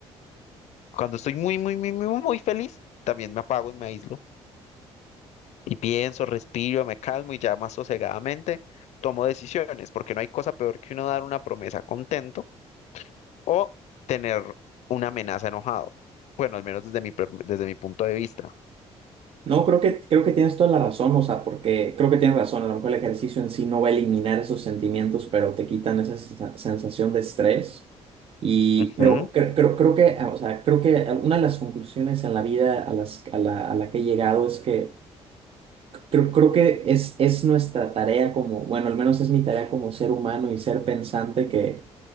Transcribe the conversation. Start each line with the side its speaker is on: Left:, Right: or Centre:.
Left: Cuando estoy muy, muy, muy, muy, muy feliz, también me apago y me aíslo. Y pienso, respiro, me calmo y ya más sosegadamente tomo decisiones, porque no hay cosa peor que uno dar una promesa contento o tener una amenaza enojado. Bueno, al menos desde mi, per- desde mi punto de vista.
Right: No, creo que, creo que tienes toda la razón, o sea, porque creo que tienes razón, a lo mejor el ejercicio en sí no va a eliminar esos sentimientos, pero te quitan esa sensa- sensación de estrés. Y,
Left: Ujú,
Right: pero cre- creo, creo que, ah, o sea, creo que una de las conclusiones en la vida a, las, a, la, a la que he llegado es que creo, creo que es, es nuestra tarea como, bueno, al menos es mi tarea como ser humano y ser pensante